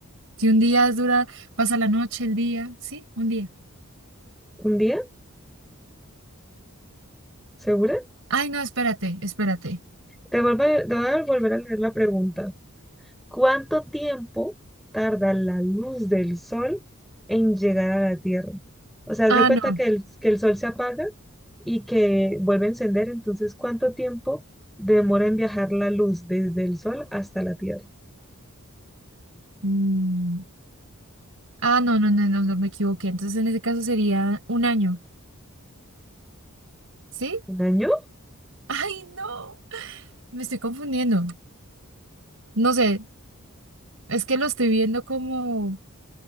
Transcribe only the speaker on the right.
Si un día es dura, pasa la noche, el día. Sí, un día.
Ay, no, espérate, espérate.
Ah,
no.
Mm, Ah, no, no, no, no, no me equivoqué. Entonces, en ese caso sería un año. ¿Sí?
Ay, no, me estoy confundiendo. No sé, es que lo estoy viendo como,